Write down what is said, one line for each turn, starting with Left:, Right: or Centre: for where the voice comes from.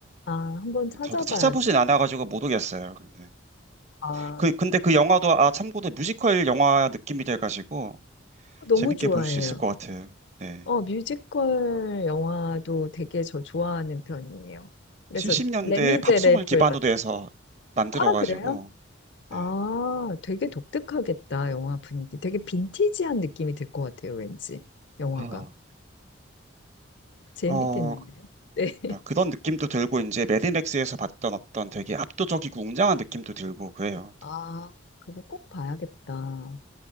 Left: 아, 한번 찾아봐야겠다.
Right: 저도 찾아보진 않아가지고 모르겠어요. 근데
Left: 아,
Right: 그 근데 그 영화도 아 참고로 뮤지컬 영화 느낌이 돼가지고
Left: 너무
Right: 재밌게
Left: 좋아해요.
Right: 볼 수 있을 것 같아요. 네,
Left: 어, 뮤지컬 영화도 되게 저 좋아하는 편이에요. 그래서
Right: 70년대
Left: 레미제레블
Right: 팝송을 기반으로
Left: 같은.
Right: 해서 만들어가지고
Left: 아, 그래요? 아,
Right: 네.
Left: 되게 독특하겠다, 영화 분위기. 되게 빈티지한 느낌이 들 것 같아요, 왠지. 영화가.
Right: 아,
Left: 재밌겠는데요?
Right: 어,
Left: 네.
Right: 막 그런 느낌도 들고 이제 매드맥스에서 봤던 어떤 되게 압도적이고 웅장한 느낌도 들고 그래요.
Left: 아, 그거 꼭 봐야겠다.